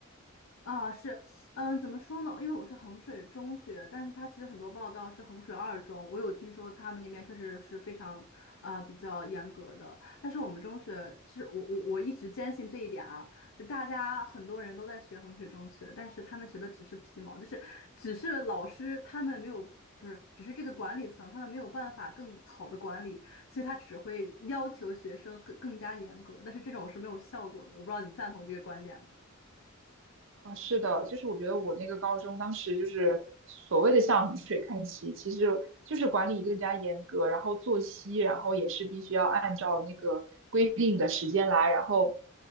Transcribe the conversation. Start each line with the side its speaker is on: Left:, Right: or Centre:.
Left: 啊，是，嗯，怎么说呢？因为我是衡水中学，但是它其实很多报道是衡水二中，我有听说他们那边确实是非常啊、比较严格的，但是我们中学，其实我我我一直坚信这一点啊，就大家很多人都在学衡水中学，但是他们学的只是皮毛，就是只是老师他们没有，不是，只是这个管理层他们没有办法更好的管理，所以他只会要求学生更更加严格，但是这种是没有效果的，我不知道你赞同这个观点吗？
Right: 啊，是的，就是我觉得我那个高中当时就是所谓的向衡水看齐，其实就是管理更加严格，然后作息，然后也是必须要按照那个规定的时间来，然后